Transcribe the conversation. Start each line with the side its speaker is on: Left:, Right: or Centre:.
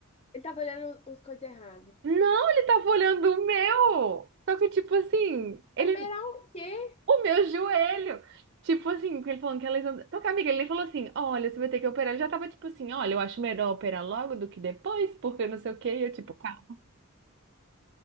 Left: Ele tava olhando os coisas errado.
Right: não, ele tava olhando o meu! Só que, tipo assim, ele
Left: Operar o quê?
Right: <laughs> o meu joelho. Tipo assim, porque ele falou que a lesão. Só que, amiga, ele nem falou assim: olha, você vai ter que operar. Ele já tava tipo assim: olha, eu acho melhor operar logo do que depois, porque não sei o quê. E eu, tipo, calma,